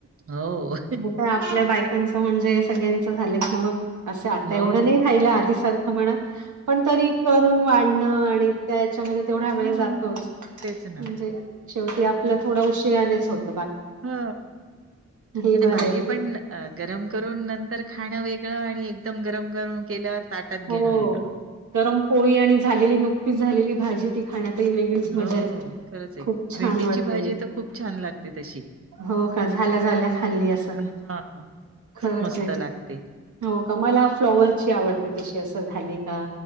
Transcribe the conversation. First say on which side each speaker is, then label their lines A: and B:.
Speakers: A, on the right (about 50°); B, on the right (about 85°).
A: हो
B: नाहीतर आपल्या बायकांचं म्हणजे सगळ्यांचं झालं की मग असं आता
A: हो.
B: एवढं नाही राहिलं आधी सारखं. म्हणा पण तरी करून वाढणं आणि त्याच्यामध्ये थोडा
A: हां,
B: वेळ जातोच
A: तेच ना.
B: म्हणजे शेवटी आपल्या थोडा उशरानेच होतो
A: ह
B: हे
A: म्ह
B: बरं
A: भाजी
B: आहे की
A: पण गरम करून नंत तर खाणं वेगळं आणि एकदम गरम गरम केल्यावर ताटात घेणं
B: हो
A: वेगळं.
B: गरम पोळी आणि झालेली नुकतीच झालेली भाजी ती खाण्यातही वेगळीच
A: हो,
B: मजाय
A: खरंच आहे.
B: खूप छान
A: भेंडीची
B: वाटते
A: भाजी
B: ती.
A: तर खूप छान लागते तशी.
B: हो का झाल्या झाल्या खाल्ली असं
A: हां, खूप
B: खरच
A: मस्त
B: आहे.
A: लागते.
B: हो का मला फ्लॉवरची आवड ते तशी असं झाली, का